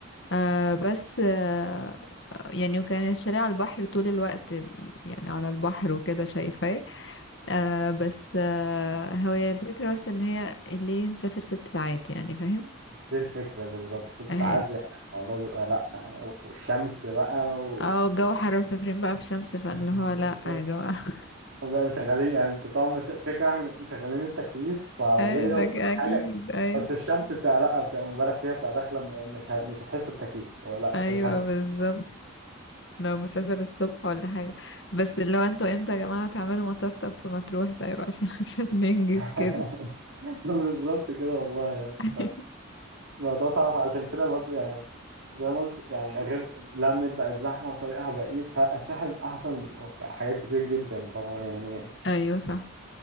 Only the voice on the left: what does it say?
آه بس آه يعني وكان الشاليه على البحر طول الوقت ال- يعني على البحر وكده شايفاه آه بس آه هو هي الفكرة بس ان هي الليل مسافر ست ساعات يعني فاهم
اه
آه، الجو حر ومسافرين بقى في شمس فاللي
هو لا يا جماعة <laughs>
ايه ده
ك- اكيد
ايوه
ايوه
بالظبط لو مسافر الصبح ولا حاجة بس اللي هو انتوا امتى يا جماعة تعملوا مطار طب في مطروح طيب عشان <laughs> عشان ننجز
كده
<laughs>
ايوه صح